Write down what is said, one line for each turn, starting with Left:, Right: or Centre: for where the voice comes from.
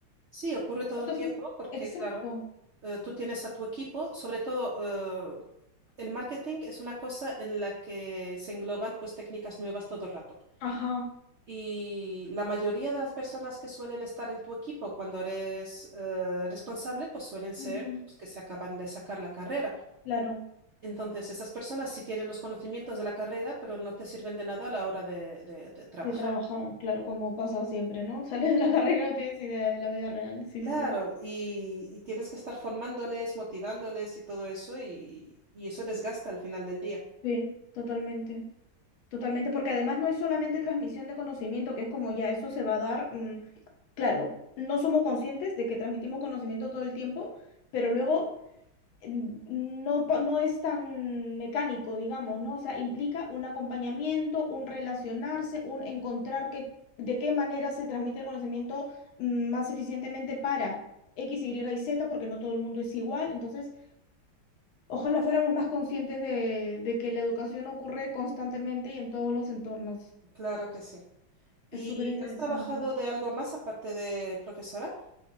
Right: Sí, ocurre todo
Left: Entonces,
Right: el tiempo porque,
Left: exacto.
Right: claro, eh, tú tienes a tu equipo, sobre todo eh, el marketing es una cosa en la que se engloban pues técnicas nuevas todo el rato.
Left: Ajá.
Right: Y la mayoría de las personas que suelen estar en tu equipo cuando eres eh, responsable, pues suelen ser
Left: ujú,
Right: los que se acaban de sacar la carrera.
Left: Claro,
Right: Entonces, esas personas sí tienen los conocimientos de la carrera, pero no te sirven de nada a la hora de, de de trabajar.
Left: de trabajar, claro, como pasa siempre, ¿no? <laughs> Sales de la carrera y no tienes idea de la vida real, sí,
Right: Claro,
Left: sí.
Right: y, y tienes que estar formándoles, motivándoles y todo eso, y, y eso desgasta al final del día.
Left: Sí, totalmente. Totalmente, porque además no es solamente transmisión de conocimiento, que es como ya eso se va a dar, mm, claro, no somos conscientes de que transmitimos conocimiento todo el tiempo, pero luego mm, no, pa- no es tan mecánico, digamos, ¿no? O sea, implica un acompañamiento, un relacionarse, un encontrar que, de qué manera se transmite el conocimiento mm, más eficientemente para X, Y y Z, porque no todo el mundo es igual, entonces... Ojalá fuéramos más conscientes de, de que la educación ocurre constantemente y en todos los entornos.
Right: Claro que sí. ¿Y
Left: Es súper interesante.
Right: has trabajado de algo más aparte de profesora?